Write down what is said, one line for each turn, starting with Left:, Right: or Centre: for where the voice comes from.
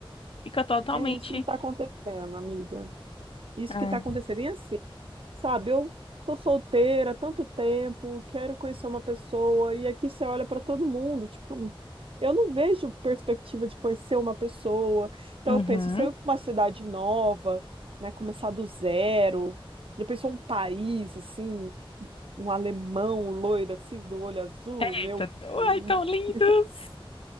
Left: fica totalmente.
Right: É isso que está acontecendo, amiga. Isso
Left: ah
Right: que está acontecendo. E assim, Sabe, eu tô solteira há tanto tempo, quero conhecer uma pessoa, e aqui você olha para todo mundo, tipo, eu não vejo perspectiva de conhecer uma pessoa. Então
Left: uhum.
Right: eu penso, se eu ir para uma cidade nova, né, começar do zero, já pensou um país assim, um alemão loiro assim, do olho azul,
Left: Eita,
Right: meu <laughs>
Left: Ai, tão lindos!